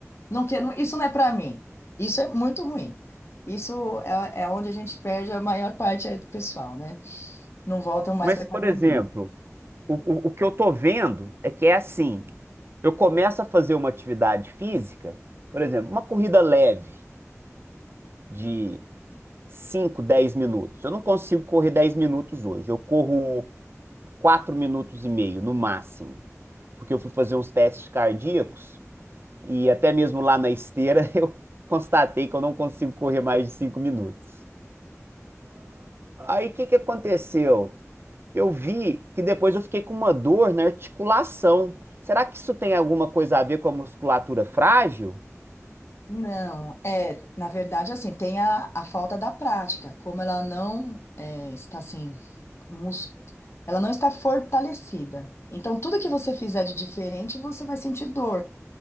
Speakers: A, on the left; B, on the right.
A: Não quero, isso não é para mim. Isso é muito ruim. Isso é, é onde a gente perde a maior parte aí do pessoal, né? Não voltam mais
B: Mas,
A: para academia.
B: por exemplo, o, o, o que eu tô vendo é que é assim: eu começo a fazer uma atividade física, por exemplo, uma corrida leve de cinco 10 minutos. Eu não consigo correr 10 minutos hoje, eu corro 4 minutos e meio no máximo, porque eu fui fazer uns testes cardíacos. E até mesmo lá na esteira, <laughs> eu constatei que eu não consigo correr mais de cinco minutos. Aí o que que aconteceu? Eu vi que depois eu fiquei com uma dor na articulação. Será que isso tem alguma coisa a ver com a musculatura frágil?
A: Não, é, na verdade, assim, tem a, a falta da prática, como ela não é, está assim, mus... ela não está fortalecida. Então, tudo que você fizer de diferente, você vai sentir dor.